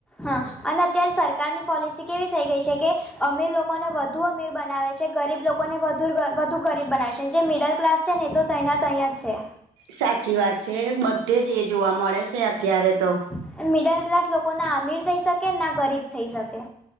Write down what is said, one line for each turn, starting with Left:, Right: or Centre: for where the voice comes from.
Centre: હા અને અત્યારે સરકારની પોલિસી કેવી થઈ ગઈ છે કે અમીર લોકોને વધુ અમીર બનાવે છે ગરીબ લોકો ને વધુ ગ વધુ ગરીબ બનાવે છે જે મિડલ ક્લાસ છે ને તો તૈ નાતઈ જ છે.
Right: સાચી વાત છે એ બધે જ એ જોવા મળે છે અત્યારે તો.
Centre: છે મિડલ ક્લાસ લોકો ના અમીર થઈ શકે ના ગરીબ થઈ શકે.